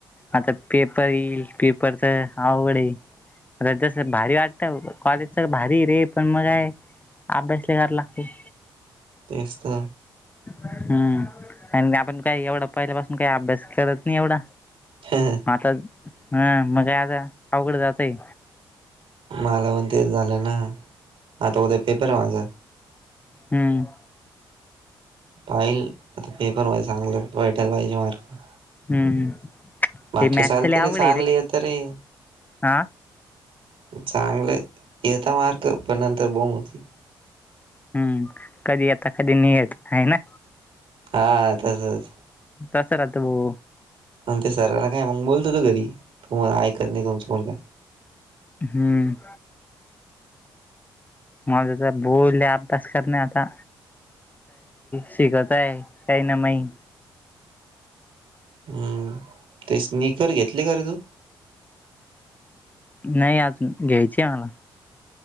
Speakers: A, on the left (about 15°); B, on the right (about 65°).
A: आता पेपर येईल पेपर तर आवड जस भारी वाटत कॉलेजच भारी रे पण मगा आहे अभ्यासले कला ह
B: तेसत
A: हम्म आणि आपण काही एवढा पहिल्या पाासून काही अभ्यास करत नाही एवढा
B: हा ह
A: आता हं मग काय आता अवघड जातय
B: मला पण ते झालं ना आता उद्या पेपर आहे माझा
A: हम्म
B: पाहिल आता पेपर व चांगलं भैटायला पाहिजे मार्क
A: हम्म
B: मागे
A: हे मॅथच
B: चालते
A: लय अवघड
B: रे चांगली आहे त रे
A: हा
B: चांगलं येता मार्क पण नंतर बम होती
A: हम्म कधी आता कधी नियेत आहे ना
B: हा तसच
A: तसं राहतं भाो
B: आणि ते सरांला काय मग बोलतो तो घरी तू ऐकत नाही तुमचा मुलग
A: हम्म मझचा बोलले अभ्यास करणे आता शिकत आहे काही ना माई
B: हम्म ते स्नकर घेतले का रे तू
A: नाही आज घ्यायची आहे मला